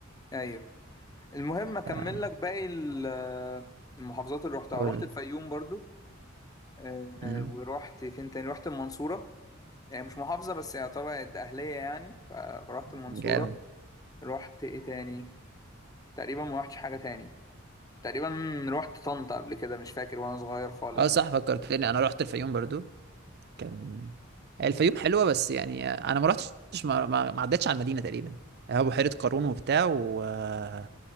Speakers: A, on the left (about 20°); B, on the right (about 50°).
A: ايوه المهم اكمل
B: ف-
A: لك باقي ال- المحافظات اللي رحتها
B: قول
A: رحت الفيوم برضو آه،
B: امم
A: ورحت فين تاني رحت المنصورة يعني مش محافظة بس يعتبر ده أهلية يعني ف- فرحت المنصورة
B: جامد
A: رحت إيه تاني تقريبا ما رحتش حاجة تاني تقريبا رحت طنطا قبل كده مش فاكر وأنا صغير خالص
B: اه صح
A: دي
B: فكرتني انا رحت الفيوم برضو كان الفيوم حلوة بس يعني انا ما رحتش ما, ما ما عدتش على المدينة تقريبا هو بحيرة قارون وبتاع وما